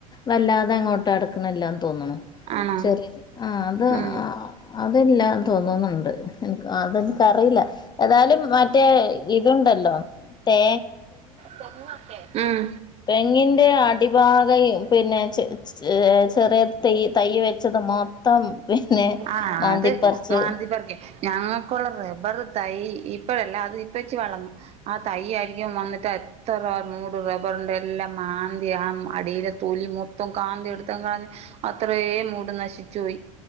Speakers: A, on the left; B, on the right.
A: വല്ലാതെ അങ്ങോട്ട് അടുക്കണ് ഇല്ലാന്ന് തോന്നണു
B: ആണോ
A: ചെറി ആ അത്
B: ഉം
A: അതല്ലന്ന് തോന്നുന്നുണ്ട്. എന്ക്ക് അതെനിക്കറിയില്ല ഏതായാലും മറ്റേ ഇതുണ്ടല്ലോ തേ
B: തെങ്ങോക്കെ ഉം
A: തെങ്ങിന്റെ അടിഭാഗ പിന്നെ ചെ -ചെറ ചെറി തൈ തൈ വെച്ചത് മൊത്തം പിന്നെ
B: ആഹ്
A: മാന്തിപ്പറിച്ച്
B: അത് മാന്തി പറിക്കും ഞങ്ങൾക്കുള്ള റബ്ബർ തൈ ഇപ്പഴല്ല അത് ഇപ്പ വെച്ച് വളർന്നു ആ തൈ ആയി യ്യും വന്നിട്ട് <unintelligible> ത്ര മൂട് റബ്ബറിന്റെ എല്ലാം മാന്തി ആ അടിയിലെ തൊലി മൊത്തം കാന്തി എടുത്തങ്ങ് കളഞ്ഞു അത്രയേം മൂട് നശിച്ചുപോയി.